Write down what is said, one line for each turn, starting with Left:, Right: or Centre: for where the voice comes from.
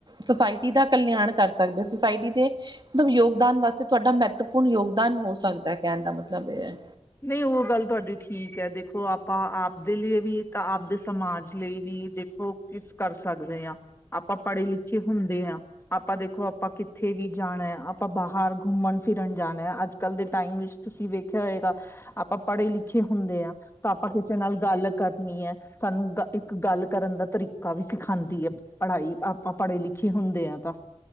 Right: ਸੁਸਾਇਟੀ ਦਾ ਕਲਿਆਣ ਕਰ ਸਕਦੇ ਸੁਸਾਇਟੀ ਦੇ ਮਤਲਬ ਯੋਗਦਾਨ ਵਾਸਤੇ ਤਾਡਾ ਮਹੱਤਵਪੂਰਨ ਯੋਗਦਾਨ ਹੋ ਸਕਦਾ ਕਹਿਣ ਦਾ ਮਤਲਬ ਇਹ ਹੈ
Left: ਨਹੀਂ ਉਹ ਗੱਲ ਤੁਹਾਡੀ ਠੀਕ ਹੈ ਦੇਖੋ ਆਪਾਂ ਆਪਦੇ ਲਈ ਵੀ ਤਾਂ ਆਪਦੇ ਸਮਾਜ ਲਈ ਵੀ ਦੇਖੋ ਕਿਸ ਕਰ ਸਕਦੇ ਆਂ ਆਪਾਂ ਪੜ੍ਹੇ ਲਿਖੇ ਹੁੰਦੇ ਹਾਂ ਆਪਾਂ ਦੇਖੋ ਆਪਾਂ ਕਿੱਥੇ ਵੀ ਜਾਣਾ ਹੈ, ਆਪਾਂ ਬਾਹਰ ਘੁੰਮਣ ਫਿਰਨ ਜਾਣਾ ਹੈ ਅੱਜ- ਕੱਲ ਦੇ ਟਾਈਮ ਵਿੱਚ ਤੁਸੀਂ ਵੇਖਿਆ ਹੋਏਗਾ, ਆਪਾਂ ਪੜ੍ਹੇ- ਲਿਖੇ ਹੁੰਦੇ ਆਂ ਤਾਂ ਆਪਾਂ ਕਿਸੇ ਨਾਲ ਗੱਲ ਕਰਨੀ ਐ, ਸਾਨੂੰ ਇੱਕ ਗੱਲ ਕਰਨ ਦਾ ਤਰੀਕਾ ਵੀ ਸਿਖਾਂਦੀ ਹੈ ਪੜ੍ਹਾਈ ਆਪਾਂ ਪੜ੍ਹੇ ਲਿਖੇ ਹੁੰਦੇ ਆਂ ਤਾਂ